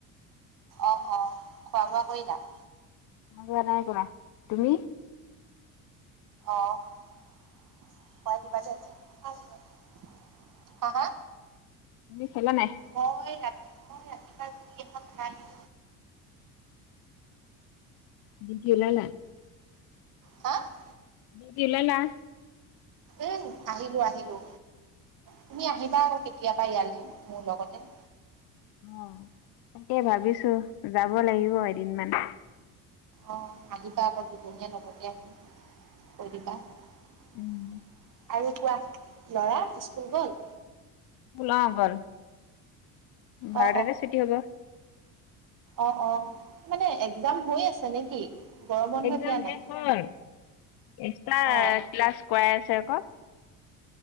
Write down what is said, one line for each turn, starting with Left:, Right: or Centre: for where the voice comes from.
Right: অ-অ! খোৱা-বোৱা কৰিলা? <inaudible>
Left: খোৱা-বোৱা নাই কৰা। তুমি? <inaudible>
Right: অ! <inaudible> <unintelligible> কিবা যে আজি <inaudible> হা-হা!
Left: তুমি খালা নাই? <inaudible>
Right: মই ৰাতি মই ৰাতিপুৱা ৰুটি এখন খাই <unintelligible>
Left: ডিউটি ওলালা? <unintelligible>
Right: হা! <inaudible>
Left: ডিউটি ওলালা? <unintelligible>
Right: উম আহিলো-আহিলো। তুমি আহিবা আকৌ কেতিয়াবা ইয়ালৈ, মোৰ লগতে। <unintelligible>
Left: অঁ! তাকে ভাবিছো, যাব লাগিব এদিনমান। <inaudible>
Right: অঁ! আহিবা আকৌ দুজনীয়ে লগতে <unintelligible> কৈ দিবা
Left: উম
Right: <inaudible> আৰু কোৱা লৰা স্কুল গ'ল?
Left: অঁ গ'ল। <inaudible> বাৰটাতে
Right: অ
Left: ছুটি হ'ব।
Right: অঁ-অঁ! মানে এক্সাম হৈ আছে নেকি? <unintelligible>
Left: একজাম
Right: দিয়া নাই?
Left: শেষ হ'ল। এক্সট্ৰা
Right: অ
Left: ক্লাছ কৰাই আছে আকৌ। <unintelligible>